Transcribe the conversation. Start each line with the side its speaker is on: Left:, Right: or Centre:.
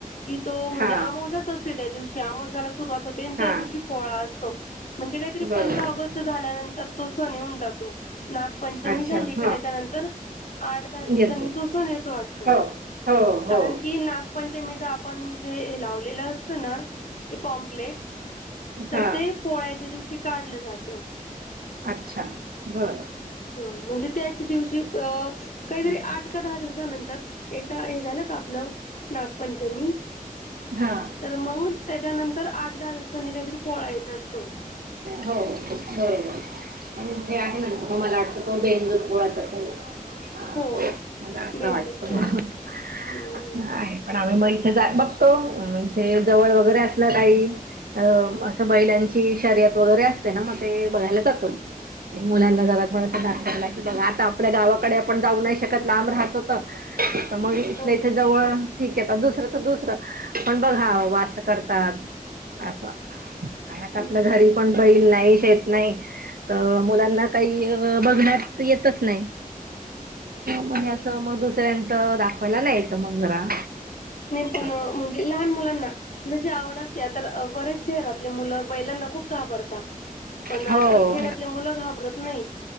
Left: कि तो म्हणजे
Right: हा
Left: आमावशाच असते, त्या दिवशी आमोशाला सुरुवात होते अन त्या
Right: हा
Left: दिवशी पोळा असतो. म्हणजे काहीतरी
Right: बरोबर
Left: पंधरा ऑगस्ट झाल्यानंतर, तो सण येऊन जातो. नागपंचमी
Right: अच्छा
Left: झाली का
Right: हा
Left: त्याच्यानंतर, आठ दहा दिवस
Right: येतो
Left: सनी तो सण येतो वाटत,
Right: हो हो
Left: कारण
Right: हो
Left: की नाग पंचमीच आपण जे हे लावलेलं असतं ना, ते पॉम्पलेट तर
Right: हा
Left: ते पोळ्याच्या दिवशी काढलं जातं.
Right: अच्छा, बरं
Left: हं म्हणजे त्याच दिवशी अ काहीतरी
Right: हम्म.
Left: आठ का दहा दिवसानंतर एकदा हे झालं का आपलं, नागपंचमी
Right: हां.
Left: तर मग त्याच्यानंतर आठ दहा दिवसांनी काहीतरी पोळा येत असतो.
Right: हो, बरोबर. आणि इथे आहे ना, तो मला वाटत तो बेंदुर पोळाचा <unintelligible>
Left: हो हो
Right: मला असं
Left: बेंदूर
Right: वाटतं
Left: पोळा
Right: <unintelligible>
Left: हम्म
Right: आहे. पण आम्ही मग इथे बघतो, इथे जवळ वगैरे असलं काही अ असं बैलांची शर्यत वगैरे असते ना, मग ते बघायला जातो मि. मुलांना जरा थोडासा दाखवला की, बघा आता आपल्या गावाकडे आपण जाऊ नाही शकत, लांब राहतो तर
Left: <inaudible>
Right: <unintelligible> इथल्या
Left: हो
Right: इथं जवळ ठीक ये, तर दुसरं, तर दुसरं पण बघा व अस करतात, असं.
Left: हम्म
Right: आपलं घरी पण बैल नाही, शेत नाही. त मुलांना काही बघण्यात, येतच नाही. मग
Left: हम्म
Right: हे असं, म दुसऱ्यांचं दाखवायला न्यायचं मग जरा.
Left: नही पण,
Right: असं.
Left: म्हणजे लहान मुलांना जशी आवड असल्या, तर बरेच शहरातले मुलं बैलांना खूप काबरताात. पण
Right: हो
Left: त खेड्यातले मुलं घाबरत नाही.